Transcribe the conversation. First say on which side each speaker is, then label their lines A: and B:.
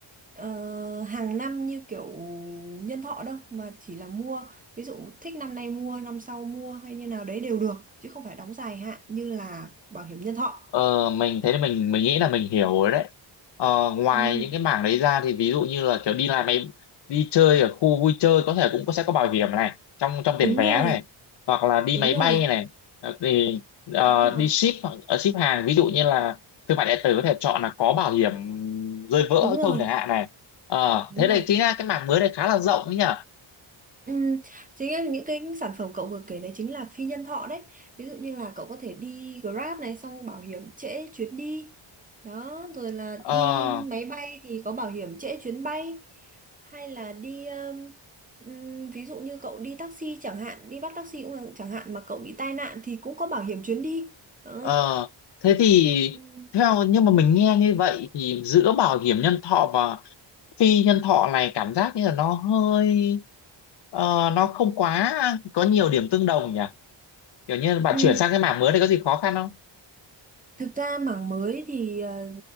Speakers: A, on the right; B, on the left.
A: ờ, hàng năm như kiểu nhân thọ đâu mà chỉ là mua ví dụ thích năm nay mua năm sau mua hay như nào đấy đều được chứ không phải đóng dài hạn như là bảo hiểm nhân thọ
B: Ờ, mình thấy là mình mình nghĩ là mình hiểu rồi đấy ờ, ngoài
A: Ừ.
B: những cái mảng đấy ra thì ví dụ như là kiểu đi làm mấy đi chơi ở khu vui chơi có thể cũng có sẽ có bảo hiểm này trong trong tiền
A: đúng
B: vé
A: rồi
B: này hoặc là đi
A: đúng
B: máy
A: rồi
B: bay này Ờ, thì ờ,
A: đúng rồi
B: đi ship hoặc ờ, ship hàng ví dụ như là thương mại điện tử có thể chọn là có bảo hiểm rơi vỡ
A: đúng
B: hay
A: rồi
B: không chẳng hạn này Ờ,
A: đúng
B: thế đây
A: rồi
B: chính là cái mảng mới này khá là rộng đấy nhỉ
A: Ừ, chính là những cái sản phẩm cậu vừa kể đấy chính là phi nhân thọ đấy ví dụ như là cậu có thể đi Grab này xong bảo hiểm trễ chuyến đi đó rồi là
B: Ờ,
A: đi máy bay thì có bảo hiểm trễ chuyến bay hay là đi um, ừm, ví dụ như cậu đi taxi chẳng hạn đi bắt taxi cũng là- chẳng hạn mà cậu bị tai nạn thì cũng có bảo hiểm chuyến đi đó
B: Ờ, thế thì
A: Ừ.
B: theo nhưng mà mình nghe như vậy thì giữa bảo hiểm nhân thọ và phi nhân thọ này cảm giác như là nó hơi ờ, nó không quá có nhiều điểm tương đồng nhỉ kiểu như bạn
A: Ừ.
B: chuyển sang cái mảng mới này có gì khó khăn không
A: Thực ra mảng mới thì ờ,